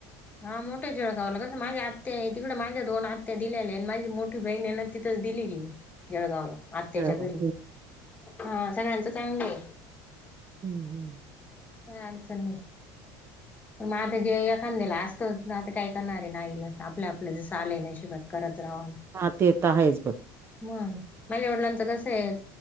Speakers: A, on the left; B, on the right.
A: हा मोठे जेळगावलं कसं माझे आ- तिकडे माझ्या दोन आत्या दिलेल्या माझी मोठी बहीण आहे ना तिथच दिली मी जळगावला. आत्याच्या
B: जळगाव
A: घरी हा सगळ्यांचं चांगलं आहे.
B: हम्म हम्म.
A: काय अडचण नाही मग आता जे एखानद्याला असतंच आता काय करणार आहे ना आईला. आपल्या आपलं जसं आलेय नशिबात करत राहाल.
B: हा ते तर आहेच बघ.
A: हम माझ्या वडलांच कसं आहे?